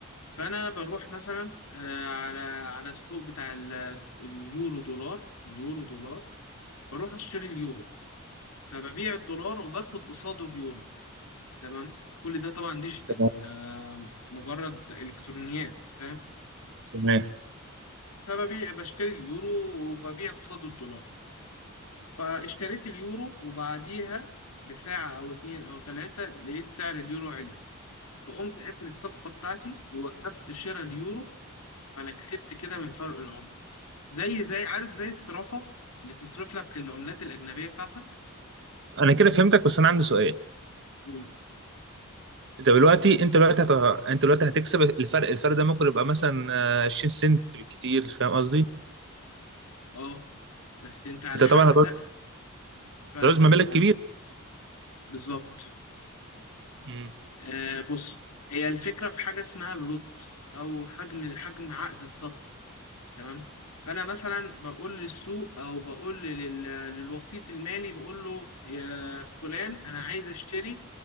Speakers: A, on the left (about 90°); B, on the right (about 55°).
A: فأنا بروح مثلا آه، على على السوق بتاع ال- اليورو دولار اليورو دولار بروح أشتري اليورو فببيع الدولار وباخد قصاده اليورو تمام كل ده طبعا ديجيتال
B: تمام
A: آه، مجرد إلكترونيات فاهم
B: تمام
A: فببيع بشتري اليورو وببيع قصاده الدولار فاشتريت اليورو وبعديها بساعة أو اتنين أو تلاتة لقيت سعر اليورو عالي فقمت قافل الصفقة بتاعتي ووقفت شراء اليورو فأنا كسبت كده من فرق العملة زي زي عارف زي الصرافة اللي بتصرف لك العملات الأجنبية بتاعتك
B: انا كده فهمتك بس انا عندي سؤال
A: قول
B: انت دلوقتي انت دلوقتي هت... انت دلوقتي هتكسب الفرق الفرق ده ممكن يبقى مثلا آه، 20 سنت بالكتير فاهم قصدي
A: أه بس أنت على
B: انت
A: حق
B: طبعا هتعوز
A: لأ فاهمك
B: هتعوز مبالغ
A: أه
B: كبيره
A: بالظبط
B: امم
A: آه بص هي الفكرة في حاجة اسمها اللوت أو حجم حجم عقد الصفقة تمام فانا مثلا بقول للسوق او بقول لل- للوسيط المالي بقول له يا فلان انا عايز اشتري